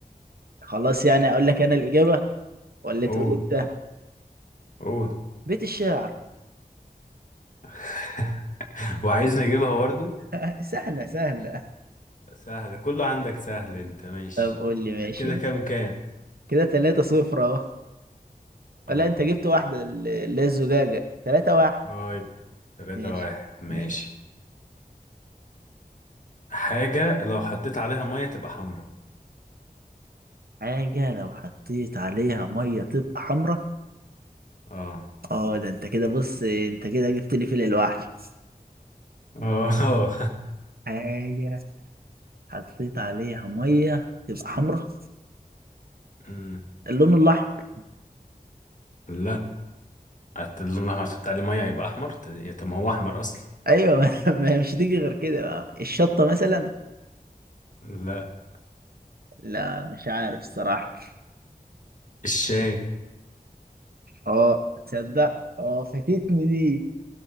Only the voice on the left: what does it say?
قول
قول
<laughs> وعايزني اجيبها برضه
سهلة كله عندك سهل انت ماشي
كده
كام كام
مم.
اه يبقى تلاتة
واحد ماشي
حاجة لو حطيت عليها مية تبقى حمرا
اه
اه
<laughs> مم.
لا قلت لهم لما تحط عليه مية يبقى احمر ت- يا طب ما هو احمر اصلا
لا
الشاي